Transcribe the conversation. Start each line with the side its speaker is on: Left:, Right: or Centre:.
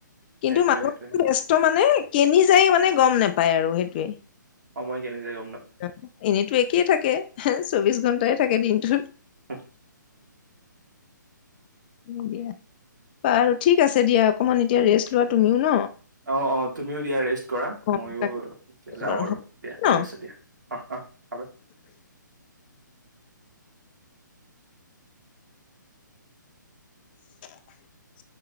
Left: কিন্তু
Right: সেইটোৱে
Left: মানুহটো
Right: সেইটোৱে
Left: ব্যস্ত মানে কেনি যায় মানে গম নোপায় আৰু সেইটো ওঁ
Right: সময় কেনেদৰে গ'ল?
Left: অঁ এনেইটো একেই থাকে হেঁ চৌবিশ ঘন্টাই। থাকে দিনটো
Right: উম
Left: উম দিয়া। বাৰু ঠিক আছে দিয়া। অকণমান এতিয়া ৰেষ্ট লোৱা। তুমিও ন
Right: অঁ অঁ তুমিও দিয়া ৰেষ্ট কৰা।
Left: অ
Right: ময়ো
Left: তাকে
Right: যাওঁ
Left: বাৰু
Right: আৰু
Left: হ'ব
Right: দিয়া
Left: ন
Right: ঠিক আছে দিয়া। অহ অহ হ'ব।
Left: <unintelligible>